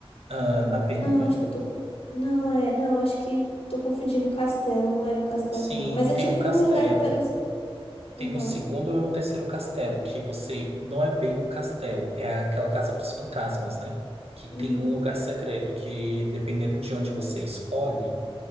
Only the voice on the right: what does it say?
Ah, na peninha?
Sim,
tem
um castelo.
Tem
o segundo e o terceiro castelo, que você não é bem um castelo, é aquela casa dos fantasmas, né? Que tem
um lugar secreto que, dependendo de onde você escolhe,